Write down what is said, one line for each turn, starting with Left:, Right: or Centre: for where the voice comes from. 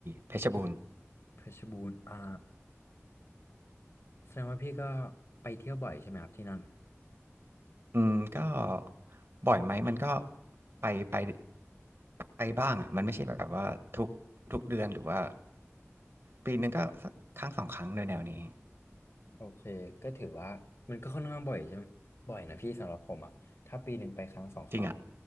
Right: เพชรบูรณ์
Left: เพชรบูรณ์อ่าแสดงว่าพี่ก็ไปเที่ยวบ่อยใช่ไหมครับที่นั่น
Right: อืมก็บ่อยไหมมันก็ไปไปไปบ้างอะมันไม่ใช่แบบว่าทุกทุกเดือนหรือว่าปีนึงก็สักครั้งสองครั้งในแนวๆนี้
Left: โอเคก็ถือว่ามันก็ค่อนข้างบ่อยใช่ไหมบ่อยนะพี่สำหรับผมอ่ะถ้าปีหนึ่งไปครั้งสองครั้งอะ
Right: จริงอะ